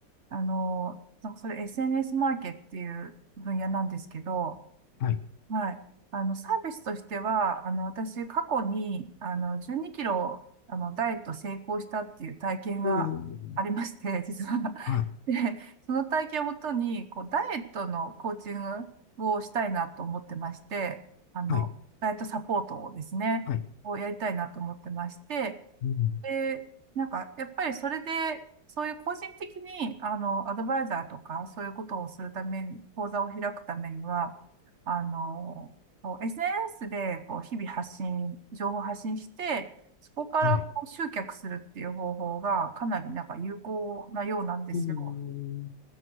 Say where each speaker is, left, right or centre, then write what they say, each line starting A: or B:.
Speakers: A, on the right (about 45°); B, on the left (about 55°).
A: あの、なんかそれ SNS マーケっていう分野なんですけど、
B: はい。
A: はい。あの、サービスとしては、あの、私、過去に、あの、12キロ、あの、ダイエット成功したっていう体験がありまして、
B: おー、
A: <laughs> 実は。
B: はい。
A: で、その体験をもとに、こう、ダイエットのコーチングをしたいなと思ってまして、あの、
B: はい。
A: ダイエットサポートをですね、
B: はい。
A: をやりたいなと思ってまして、
B: うん。
A: で、なんか、やっぱりそれで、そういう個人的に、あの、アドバイザーとか、そういうことをするために、講座を開くためには、あの、こう SNS で、こう、日々発信、情報発信して、そこからこう集客するっていう方法が、
B: はい。
A: かなりなんか有効なようなんですよ。
B: おー、